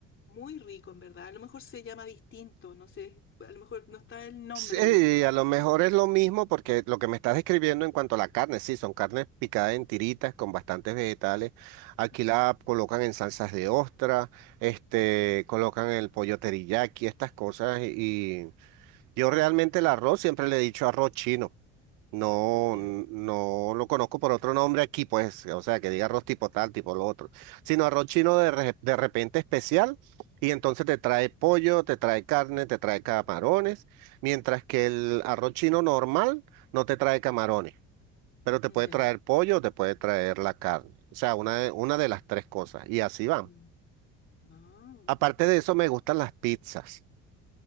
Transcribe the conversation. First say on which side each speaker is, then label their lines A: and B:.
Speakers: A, on the left; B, on the right.
A: muy rico, en verdad. A lo mejor se llama distinto, no sé, a lo mejor no está el nombre
B: Sí,
A: allá.
B: a lo mejor es lo mismo porque lo que me estás describiendo en cuanto a la carne, sí, son carnes picadas en tiritas con bastantes vegetales. Aquí
A: Mm,
B: la colocan en salsas de ostra, este,
A: claro.
B: colocan el pollo teriyaki, estas cosas. Y, y yo realmente el arroz siempre le he dicho arroz chino. No,
A: Ya,
B: n- no lo conozco por otro nombre aquí, pues, o sea, que diga arroz tipo tal, tipo lo otro, sino arroz chino de, re- de repente especial, y entonces te trae pollo, te trae carne, te trae camarones, mientras que el arroz chino normal no te trae camarones, pero te puede
A: ya.
B: traer pollo, te puede traer la carne, o sea, una de, una de las tres cosas, y así van.
A: Mm. Ah,
B: Aparte
A: sí.
B: de eso, me gustan las pizzas.